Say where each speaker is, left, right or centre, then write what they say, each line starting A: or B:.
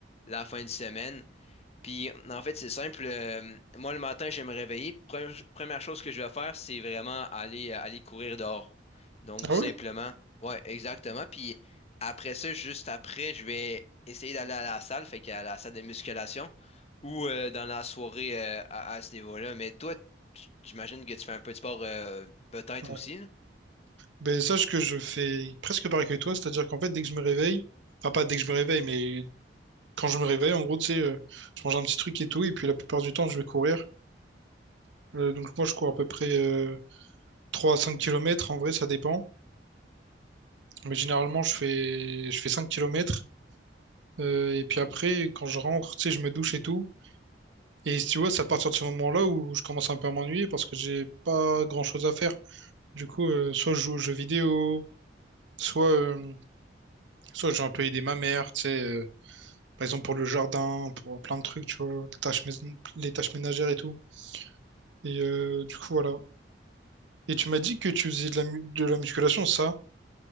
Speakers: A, on the left (about 35°); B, on the right (about 75°).
A: la fin de semaine. Puis en fait, c'est simple. euh, moi, le matin, je vais me réveiller. Prem- Première chose que je vais faire, c'est vraiment aller, euh, aller courir dehors. Donc,
B: Ah
A: tout simplement.
B: ouais?
A: Ouais, exactement. Puis après ça, juste après, je vais essayer d'aller à la salle, fait qu'à la salle de musculation ou euh, dans la soirée euh, à, à ce niveau-là. Mais toi, tu- j'imagine que tu fais un peu de sport euh, peut-être
B: Ouais.
A: aussi, là.
B: Ben sache que je fais presque pareil que toi, c'est-à-dire qu'en fait, dès que je me réveille, enfin pas dès que je me réveille, mais quand je me réveille, en gros, tu sais, euh, je mange un petit truc et tout, et puis la plupart du temps, je vais courir. Euh, donc moi je cours à peu près euh, 3 à cinq kilomètres en vrai ça dépend. Mais généralement je fais je fais 5 km. et puis après, quand je rentre, tu sais, je me douche et tout. Et si tu vois, c'est à partir de ce moment-là où je commence un peu à m'ennuyer parce que j'ai pas grand-chose à faire. Du coup, euh, soit je joue aux jeux vidéo, soit, euh, soit j'ai un peu aidé ma mère, tu sais, euh, par exemple pour le jardin, pour plein de trucs, tu vois, les tâches, mais- les tâches ménagères et tout. Et euh, du coup, voilà. Et tu m'as dit que tu faisais de la, mu- de la musculation, ça?